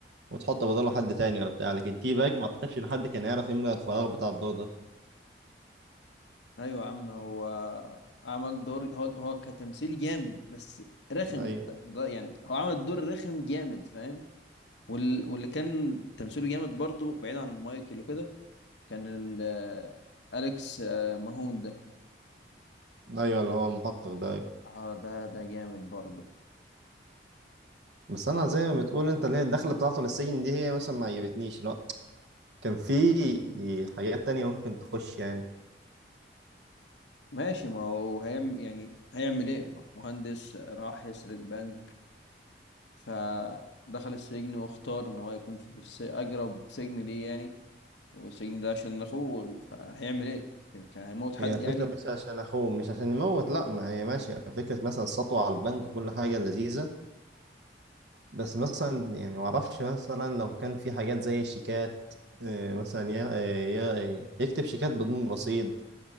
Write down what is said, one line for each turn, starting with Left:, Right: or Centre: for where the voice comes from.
Right: وتحط بداله حد تاني ولا بتاع لكن تي باج ما اعتقدش ان حد كان يعرف يملى الفراغ بتاع الدور ده
Left: ايوه يا عم هو عمل دور هو هو كتمثيل جامد بس رخم
Right: ايوه
Left: ده يعني هو عمل دور رخم جامد فاهم وال... واللي كان تمثيله جامد برضو بعيد عن مايكل وكده كان ال... آه، اليكس آه، ماهون ده
Right: ايوه اللي هو المحقق ده أيوه.
Left: اه ده ده جامد برضو
Right: بس انا زي ما بتقول انت اللي هي الدخله بتاعته للسجن دي هي مثلا ما عجبتنيش لا كان في حاجات تانية ممكن تخش يعني
Left: ماشي ما هو هيعمل يعني هيعمل ايه مهندس راح يسرق بنك فدخل السجن واختار ان هو يكون في الس- اقرب سجن ليه يعني والسجن ده عشان اخوه هيعمل ايه كان هيموت حد
Right: هي الفكره
Left: يعني
Right: مش عشان اخوه مش عشان يموت لا ما هي ماشيه فكره مثلا السطوه على البنك وكل حاجه لذيذه بس مثلا يعني ما اعرفش مثلا لو كان في حاجات زي الشيكات آه، مثلا ي- آه، ي- يكتب شيكات بدون رصيد